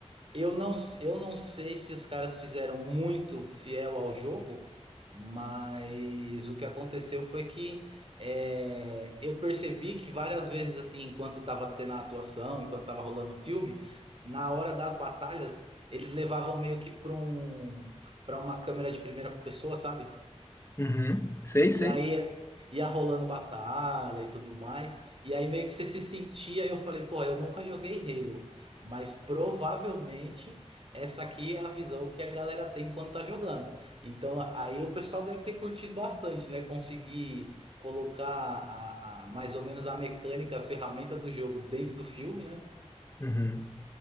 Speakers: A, on the right; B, on the left.
A: Eu não, eu não sei se os caras fizeram muito fiel ao jogo, mas o que aconteceu foi que é, eu percebi que várias vezes, assim, enquanto estava tendo a atuação, enquanto estava rolando o filme, na hora das batalhas, eles levavam meio que para um, para uma câmera de primeira pessoa, sabe?
B: Uhum. Sei, sei.
A: E aí ia rolando batalha e tudo mais. E aí meio que você se sentia, eu falei, pô, eu nunca joguei Halo, mas provavelmente essa aqui é a visão que a galera tem quando tá jogando. Então aí o pessoal deve ter curtido bastante, né? Conseguir colocar a, a- mais ou menos a mecânica, as ferramentas do jogo dentro do filme, né?
B: Uhum.